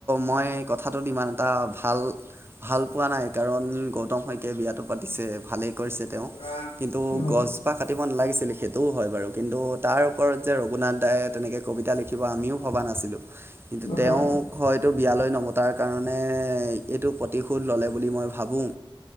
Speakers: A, on the right; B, on the left.
A: মই কথাটোত ইমান এটা ভাল ভাল পোৱা নাই, কাৰণ গৌতম শইকীয়াই বিয়াটো পাতিছে, ভালেই কৰিছে তেওঁ।
B: হয়
A: কিন্তু
B: হয়
A: গছজোপা কাটিব নালাগিছিল সেইটোও হয় বাৰু কিন্তু তাৰ ওপৰত যে ৰঘুনাথ দাই তেনেকৈ কবিতা লিখিব আমিও ভবা নাছিলোঁ, ইহ্ কিন্তু তেওঁ
B: হয়
A: হয়তো বিয়ালৈ নমতাৰ কাৰণে এইটো প্ৰতিশোধ ল'লে বুলি মই ভাবোঁ।